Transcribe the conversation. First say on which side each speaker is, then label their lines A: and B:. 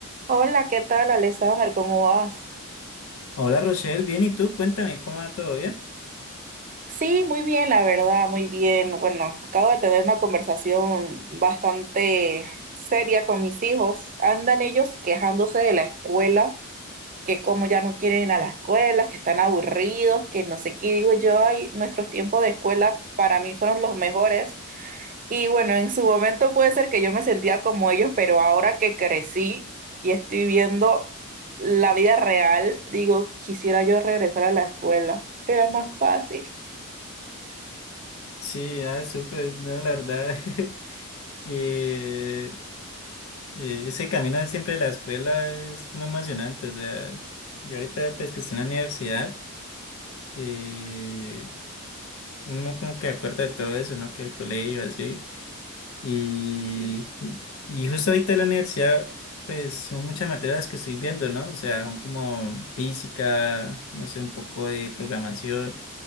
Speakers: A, on the right; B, on the left.
A: Hola, ¿qué tal, Alexander? ¿Cómo vas?
B: Hola Rochelle, bien, ¿y tú? Cuéntame, ¿cómo va todo bien?
A: Sí, muy bien, la verdad, muy bien. Bueno, acabo de tener una conversación bastante seria con mis hijos. Andan ellos quejándose de la escuela, que como ya no quieren ir a la escuela, que están aburridos, que no sé qué. Y Digo yo, ay, nuestros tiempos de escuela para mí fueron los mejores. Y bueno, en su momento puede ser que yo me sentía como ellos, pero ahora que crecí y estoy viendo la vida real, digo, quisiera yo regresar a la escuela. Era más fácil.
B: Sí, ah, súper, no, la verdad. <laughs> eh, eh, ese camino siempre de la escuela es muy emocionante. O sea, yo ahorita pues que estoy en la universidad, eh, uno como que acuerda de todo eso, ¿no? Que el colegio, así. Y, y, y justo ahorita en la universidad, pues son muchas materias que estoy viendo, ¿no? O sea, son como física, no sé, un poco de programación.